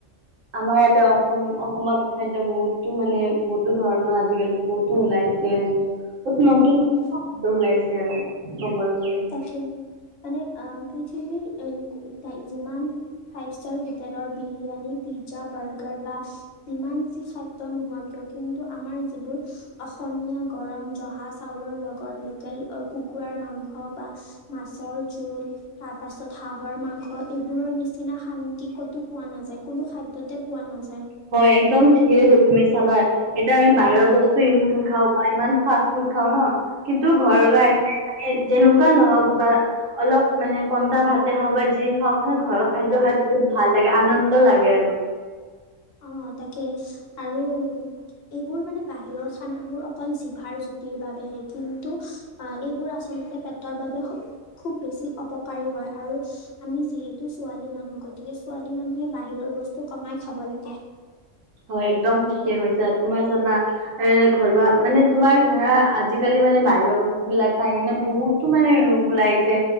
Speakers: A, on the right (about 85°); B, on the left (about 60°).
A: আমাৰ ইয়াতে অসম- অসমত খাদ্য বহুতো মানে, বহুতো ধৰণৰ আজিকালি বহুতো ওলাইছে আৰু বহুত নতুন
B: উম,
A: <inaudible> ওলাইছে আৰু ক'বলে গ'লে।
B: তাকে। মানে অ'- পৃথিৱীৰ এ- ডা- যিমান ফাইভ ষ্টাৰ হোটেলৰ বিৰিয়ানী, পি জা, বাৰ্গাৰ বা যিমান যি খাদ্য নোহোৱা কিয়, কিন্ত আমাৰ যিবোৰ অসমী য়া গৰম জহা চাউলৰ লগত লোকেল অ'- কুকুৰাৰ মাং স বা মাছৰ জোল, তাৰ পাছত হাঁহৰ মাংস, এইবোৰৰ নিচি নিচিনা শান্তি ক'তো পোৱা নাযায় কোনো খাদ্যতে পোৱা নাযায়।
A: হয় একদম ঠিকে তুমি চাবা এতিয়া আমি বাহিৰৰ বস্তু ইমান খাওঁ বা ইমান ফাষ্ট ফুড খাওঁ ন কিন্তু ঘৰলৈ
B: উম।
A: আহিলে মানে যেনেকুৱা নহওঁক বা অলপ মানে পন্টা ভাতে খাও বা যি খাওক মানে ঘৰৰ খাদ্য খাই বহুত ভাল লাগে আনন্দ লাগে আৰু।
B: অ তাকে আৰু এইবোৰ মানে বাহিৰৰ খানবোৰ অকল জিভাৰ জুতিৰ বাবে। হে কিন্তু আহ এইবোৰ আচলতে পেটৰ বাবে খুব বেছি অপকাৰী হয় আৰু। আমি যিহেতু ছোৱালী মানুহ গতিকে ছোৱালী মানুহে বাহিৰৰ বস্তু কমাই খাব লাগে। গে
A: হয় একদম ঠিকে কৈছা তোমাৰ চাবা এ ঘৰুৱা মানে তোমাৰ ধৰা আজি। আজিকালি মানে বাহিৰৰ বস্তুবিলাক খাই কিনে বহুতো মানে
B: উম।
A: ৰোগ ওলাইছে।